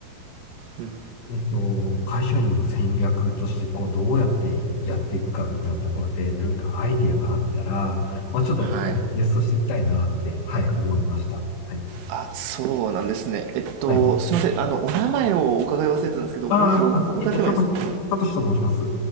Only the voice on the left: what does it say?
えっと、会社員の戦略として、こう、どうやってやっていくかみたいなところで、何かアイディアがあったら、まあ、ちょっと、
あゲストしてみたいなって、はい、思いました。はい。
はい。
あーあ、
あえっと、さと、さとしと申します。